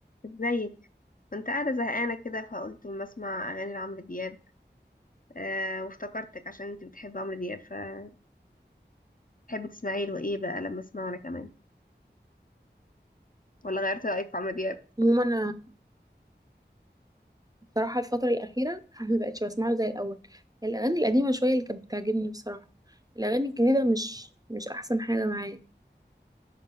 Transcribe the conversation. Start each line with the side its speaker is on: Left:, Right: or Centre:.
Left: ازيك كنت قاعدة زهقانة كده فقلت ما اسمع اغاني لعمرو دياب آه وافتكرتك عشان انت بتحب عمرو دياب فبتحبي تسمعي له ايه بقى لما اسمعه انا كمان ولا غيرت رأيك في عمرو دياب
Right: عموما انا بصراحه الفتره الاخيره <laughs> ما بقتش بسمعه زي الاول الاغاني القديمه شويه اللي كانت بتعجبني بصراحه الاغاني الجديده مش مش احسن حاجه معايا